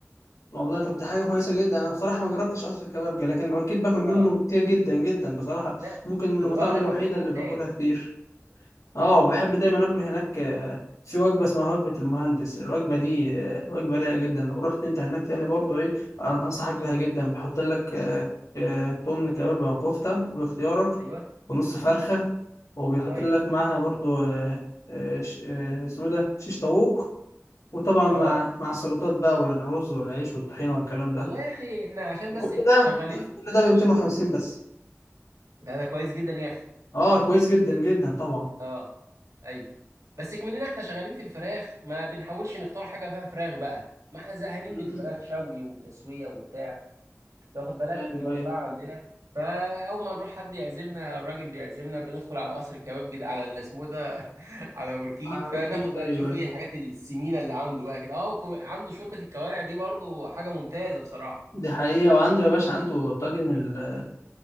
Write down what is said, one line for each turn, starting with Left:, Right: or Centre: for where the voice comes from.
Left: والله طب دي حاجة كويسة جدا أنا بصراحة ما جربتش قصر الكبابجا لكن أوركيد باكل منه
Right: اه
Left: كتير جدا جدا بصراحة
Right: لا
Left: ممكن من المطاعم
Right: اه لا
Left: الوحيدة
Right: اوركيد ممتاز
Left: اللي باكلها كتير اه بحب
Right: اه
Left: دايما اكل هناك آه، في وجبه اسمها وجبه المهندس الوجبه دي آه، وجبه رايقه جدا لو رحت انت هناك تاني برضه ايه أن- انصحك بيها
Right: ايوه
Left: جدا بحط لك آه، آه، تمن كباب او كفته باختيارك
Right: ايوه
Left: ونص فرخه وبيحط
Right: كويس
Left: لك معاها برضه آه، آه، ش- آه، اسمه ده شيش طاووق وطبعا مع
Right: اه
Left: مع السلطات بقى والرز والعيش والطحينه والكلام ده
Right: والله يا اخي احنا عشان
Left: وكل
Right: بس
Left: ده
Right: شغالين
Left: ده-
Right: في
Left: كل ده ب 250
Right: ش-
Left: بس
Right: ده ده كويس جدا يا اخي
Left: اه كويس جدا جدا طبعا
Right: اه ايوه بس كمننا احنا شغالين في الفراخ ما بنحاولش نختار حاجه فيها فراخ بقى ما احنا زهقانين
Left: مم.
Right: من الفراخ شوي وتسويه وبتاع تاخد بالك
Left: ايوه
Right: في المزرعه
Left: ايوه
Right: عندنا فاول ما نروح حد يعزمنا الراجل بيعزمنا بندخل على قصر الكباب كده على اللي اسمه ده <laughs> على اوركيد
Left: على
Right: فناخد
Left: الأكيد،
Right: بقى
Left: ايوه
Right: نشوف ايه الحاجات السمينه اللي عنده بقى كده اه وكو- عنده شوربه الكوارع دي برضو حاجه ممتازه بصراحه
Left: دي حقيقة وعنده يا باشا عنده طاجن ال-